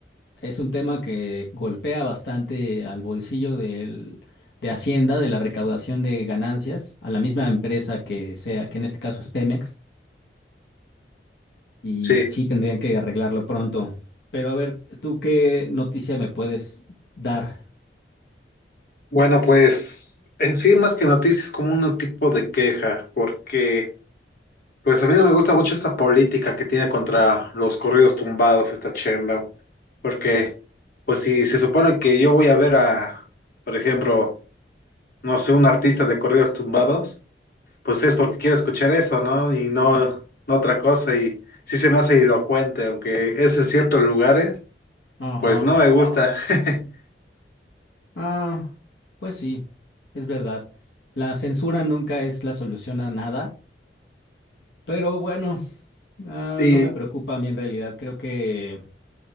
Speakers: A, on the left; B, on the left.
A: Es un tema que golpea bastante al bolsillo del, de Hacienda, de la recaudación de ganancias, a la misma empresa que sea, que en este caso es Pemex, y
B: Sí,
A: sí tendrían que arreglarlo pronto. Pero a ver, ¿tú qué noticia me puedes dar?
B: bueno, pues en sí más que noticias como un tipo de queja, porque pues a mí no me gusta mucho esta política que tiene contra los corridos tumbados esta chemba, porque pues si se supone que yo voy a ver a, por ejemplo, no sé, un artista de corridos tumbados, Pues es porque quiero escuchar eso, ¿no? Y no, no otra cosa. Y sí se me hace elocuente, aunque es en ciertos lugares,
A: Ajá.
B: pues no me Wow. gusta. <laughs>
A: Ah, pues sí, es verdad. La censura nunca es la solución a nada, pero bueno, ah,
B: Y,
A: no me preocupa a mí en realidad. Creo que